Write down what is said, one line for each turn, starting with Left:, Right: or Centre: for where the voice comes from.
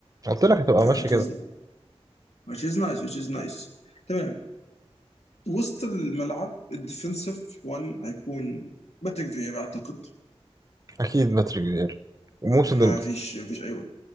Right: قلت لك هتبقى
Left: Yeah,
Right: ماشي
Left: which
Right: كده
Left: is no. which is nice which is nice تمام وسط الملعب الديفنسيف 1 هيكون باتريك فيرا اعتقد
Right: اكيد باتريك فييرا وموسى
Left: ما
Right: ديمبلي
Left: فيش ما فيش اي ون